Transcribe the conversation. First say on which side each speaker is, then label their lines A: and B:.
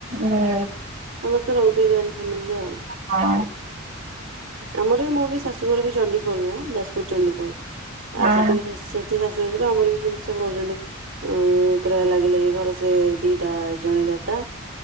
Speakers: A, on the right; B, on the right.
A: ଉଁ
B: ସମସ୍ତେ ରହୁଥିବେ ଜଏଣ୍ଟ ଫ୍ୟାମିଲରେ ଆଉ।
A: ହଁ
B: ଆମର ବି, ମୋ ବି ଶାଶୁଘର ବି ଚଣ୍ଡିଖୋଲ ମ ଯାଜପୁର ଚଣ୍ଡିଖୋଲ।
A: ହଁ।
B: ଆଉ ସେଠି ବି ସେ ଏଠି ଶାଶୁ ଶ୍ୱଶୁର ଆମର ବି ସେମିତି ସବୁ ରହୁଛନ୍ତି। ଉଁ ପୁରା ଲାଗି ଲାଗି ଘରେ ସେ ଦିଟା ଜଣେ ଦାଦା